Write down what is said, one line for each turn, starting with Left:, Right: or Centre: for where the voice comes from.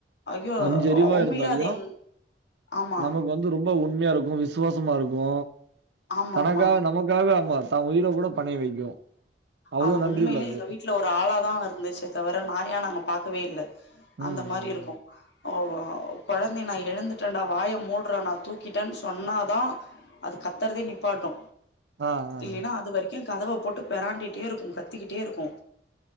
Left: ஐயோ
Right: அஞ்சறிவா
Left: உண்மையில
Right: இருந்தாலயு
Left: அது எங் ஆமா
Right: நமக்கு வந்து ரொம்ப உண்மையா இருக்கு விசுவாசமா இருக்கு
Left: ஆமா
Right: தனக்காக
Left: ஆமா
Right: நமக்காக ஆமா தா உயிர கூட பனைய வைக்கு அவ்ளோ
Left: அது
Right: நன்றி
Left: உண்மையிலே
Right: உள்ளது
Left: எங்க வீட்ல ஒரு ஆளாதா இருந்துச்சே தவிர நாயா நாங்க பாக்கவே இல்ல
Right: ம்
Left: அந்த மாரி
Right: ம்
Left: இருக்கு
Right: ம்.
Left: ஓ கொழந்தை நா எழுந்துட்டேன்டா வாய மூட்றா நா தூக்கிட்டேனு சொன்னாதா அது கத்தறதே நிப்பாட்டு
Right: ஆ ஆ
Left: இல்லன்னா அது வரைக்கு கதவ போட்டு பெராண்டிட்டே இருக்கு கத்திக்கிட்டே இருக்கு